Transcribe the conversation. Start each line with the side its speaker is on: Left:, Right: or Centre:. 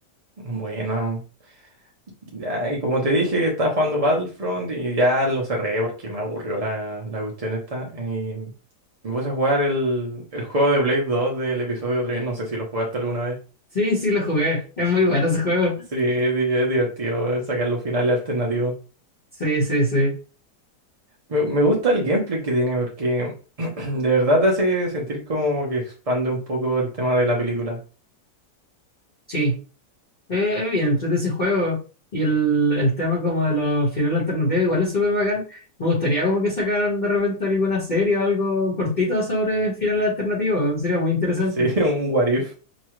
Right: Bueno, ya, y como te dije, estaba jugando Battlefront y ya lo cerré porque me aburrió la, la cuestión esta. Y me puse a jugar el, el juego de Blade 2 del episodio tres no sé si lo jugaste alguna vez.
Left: Sí, sí, lo jugué. Es muy bueno ese juego.
Right: Sí, es, di- es divertido eh, sacar los finales alternativos.
Left: Sí, sí, sí.
Right: Me, me gusta el gameplay que tiene porque <clears throat> de verdad te hace sentir como que expande un poco el tema de la película.
Left: Sí, Eh, eh, bien, entrete ese juego. Y el, el tema como de los finales alternativos igual es súper bacán. Me gustaría como que sacaran de repente alguna serie o algo cortito sobre finales alternativos. Sería muy
Right: <laughs>
Left: interesante.
Right: Sí, un what if.